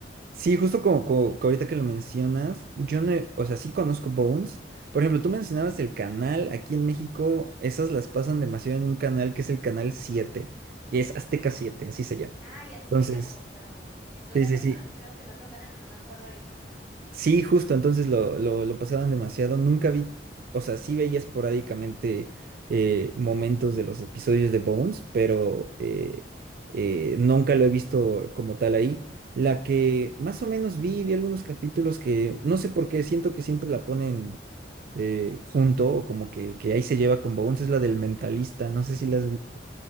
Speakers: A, on the right (about 55°); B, in the centre.
A: Sí, justo como, como- que ahorita que lo mencionas, yo no, he- o sea, sí conozco Bones. Por ejemplo,
B: Ujú,
A: tú mencionabas el canal, aquí en México esas las pasan demasiado en un canal que es el canal 7, que es
B: ujú.
A: Azteca Siete, así se llama.
B: Ah, y Azteca,
A: Entonces,
B: no, estamos. Eso de
A: sí,
B: la
A: sí,
B: pasada,
A: sí.
B: creo que no otro canal, pero no me acuerdo ahorita.
A: Sí, justo, entonces lo, lo, lo pasaban demasiado. Nunca vi, o sea, sí veía esporádicamente eh, momentos de los episodios de Bones, pero
B: Ujú.
A: eh, eh, nunca lo he visto como tal ahí. La que más o menos vi, vi algunos capítulos que no sé por qué, siento que siempre la ponen eh, junto o como que, que ahí se lleva con Bones, es la del mentalista, no sé si la has visto.